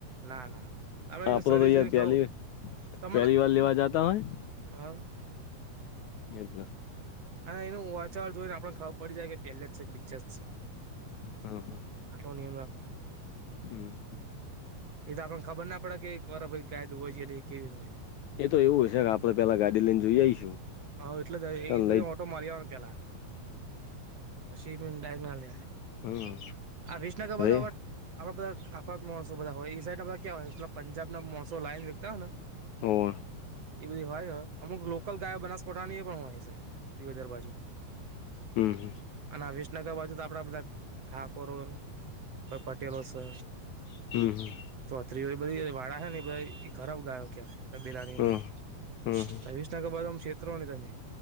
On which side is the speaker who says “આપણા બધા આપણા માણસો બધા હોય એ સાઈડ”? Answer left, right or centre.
Right